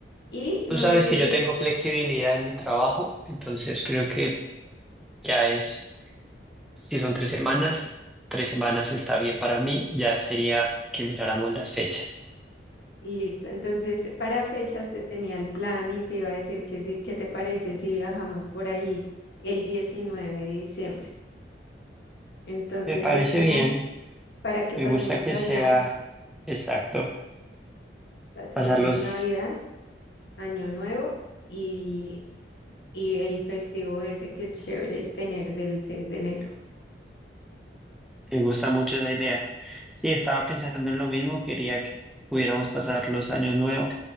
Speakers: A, on the left; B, in the centre.
A: y no
B: Tú sabes
A: sé
B: que
A: tú.
B: yo tengo flexibilidad en mi trabajo, entonces creo que ya es Si son tres semanas, tres semanas está bien para mí. Ya sería que miráramos las fechas.
A: Listo, entonces para fechas te tenía el plan y te iba a decir que sí, ¿qué te parece si viajamos por ahí el 19 de diciembre? Entonces
B: Me parece
A: es como
B: bien.
A: para que
B: Me
A: pasemos
B: gusta que
A: allá
B: sea exacto.
A: Hacemos
B: Pasarlos,
A: Navidad, Año Nuevo y, y el festivo ese que es chévere tener del 6 de enero.
B: me gusta mucho esa idea. Sí, estaba pensando en lo mismo. Quería que pudiéramos pasar los años nuevos,